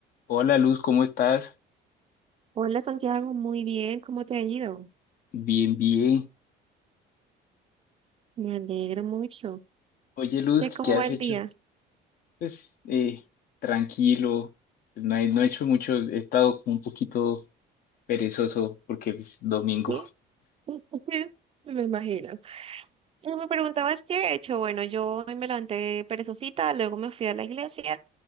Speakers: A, on the left; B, on the right.
A: Hola Luz, ¿cómo estás?
B: Hola Santiago, muy bien, ¿cómo te ha ido?
A: Bien, bien.
B: Me alegro mucho.
A: Oye Luz,
B: ¿Qué, cómo
A: ¿qué has
B: va el
A: hecho?
B: día?
A: Pues eh, tranquilo, no he, no he hecho mucho, he estado como un poquito perezoso porque es domingo.
B: Sí, <laughs> me imagino. Y Me preguntabas qué he hecho. Bueno, yo hoy me levanté perezosita, luego me fui a la iglesia